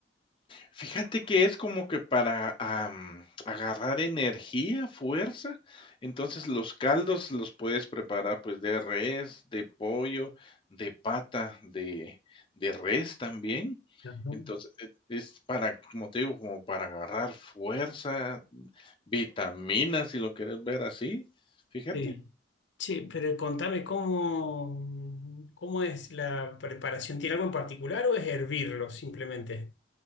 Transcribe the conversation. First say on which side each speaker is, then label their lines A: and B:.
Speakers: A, on the left; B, on the left.
A: Fíjate que es como que para, am, agarrar energía, fuerza. Entonces, los caldos los puedes preparar, pues, de res, de pollo, de pata, de de res también.
B: Ajá.
A: Entonces, e es para, como te digo, como para agarrar fuerza, vitaminas, si lo quieres ver así, fíjate.
B: Sí. Che, pero contame cómo, cómo es la preparación. ¿Tiene algo en particular o es hervirlo simplemente?